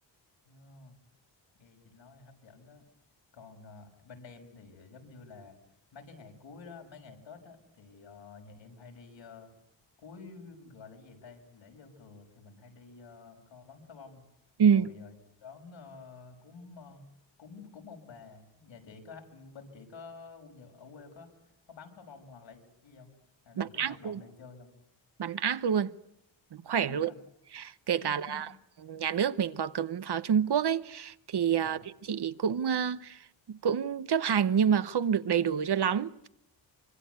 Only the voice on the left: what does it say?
ừ. nghe chị nói hấp dẫn đó còn ờ, bên em thì ờ, giống như là mấy cái ngày cuối đó mấy ngày Tết á thì ờ, nhà em hay đi ờ, cuối gọi là cái gì ta lễ giao thừa thì mình hay đi ờ, coi bắn pháo bông
rồi ờ, đón ờ, cúng ờ, cúng cúng ông bà nhà chị có bên chị có nhà- ở quê có có bắn pháo bông hoặc là cái gì không hay là
cái
hoạt động
này chơi không
<laughs>
nè